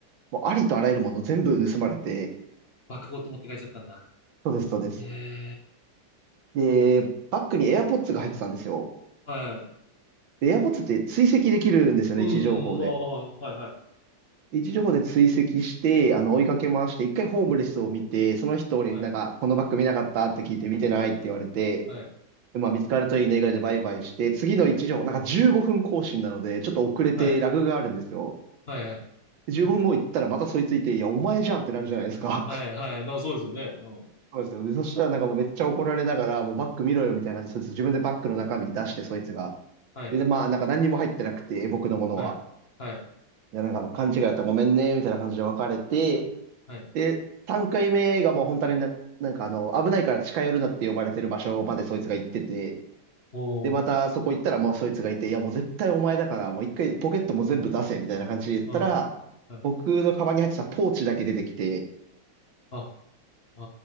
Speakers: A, on the right (about 85°); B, on the left (about 35°).
A: う、もうありとあらゆるもの全部盗まれて、
B: 爆ごと持って帰っちゃったんだ。
A: そうです、そうです。
B: ええ、
A: で、バッグに AirPods が入ってたんですよ。
B: はい。
A: で、AirPods って追跡できるんですよね、
B: うん、
A: 位置情報で。
B: ああ、はい、は
A: 位置情報で追跡して、あの、追いかけ回して、一回ホームレスを見て、その人になんか、
B: い、
A: このバッグ見なかったって聞いて、見てないって言われて、
B: はい、
A: でまあ、見つかるといいねぐらいでバイバイして、次の1条なんか15分更新なので、ちょっと遅れてラグがあるんですよ。
B: はい、はい、はい、はい、
A: で15分後行ったらまたそいついて、いや、お前じゃんってなるじゃないですか。
B: はい、
A: <laughs>
B: な、そうですよね。うん。
A: そうですよ。で、そしたらなんかもうめっちゃ怒られながら、もうバッグ見ろよみたいな感じで、そいつ自分でバッグの中身出して、そいつが。
B: はい、
A: で、でまあ、なんか何にも入ってなくて、僕のものは。
B: はい、はい、
A: いや、なんか勘違いだったらごめんね、みたいな感じで別れて、
B: はい。
A: で、3回目がもう本当にな、なんかあの、危ないから近寄るなって呼ばれてる場所までそいつが行ってて、
B: おー、
A: で、またそこ行ったら、もうそいつがいて、いや、もう絶対お前だから、もう一回ポケットも全部出せ、みたいな感じで言ったら、
B: うん、はい。
A: 僕のカバンに入ってたポーチだけ出てきて、
B: あ、あ